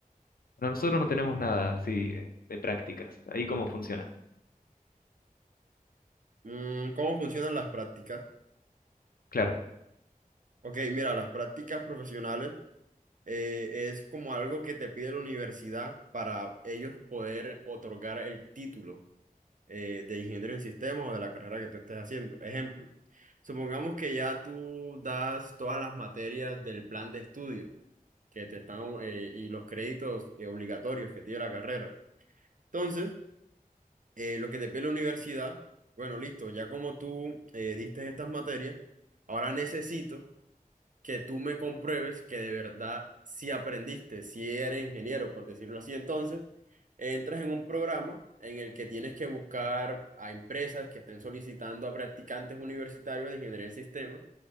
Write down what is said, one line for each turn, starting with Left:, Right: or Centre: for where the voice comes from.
Left: Bueno, nosotros no tenemos nada así eh, de prácticas. Ahí cómo funciona.
Right: Mm, ¿cómo funcionan las prácticas?
Left: Claro.
Right: Ok, mira, las prácticas profesionales eh, es como algo que te pide la universidad para ellos poder otorgar el título eh, de ingeniero en sistemas o de la carrera que tú estés haciendo. Ejemplo, supongamos que ya tú das todas las materias del plan de estudio que te están eh, y los créditos eh, obligatorios que tiene la carrera. Entonces, eh, lo que te pide la universidad, bueno, listo, ya como tú eh, diste estas materias, ahora necesito que tú me compruebes que de verdad si aprendiste, si eres ingeniero, por decirlo así, entonces entras en un programa en el que tienes que buscar a empresas que estén solicitando a practicantes universitarios de ingeniería en sistemas,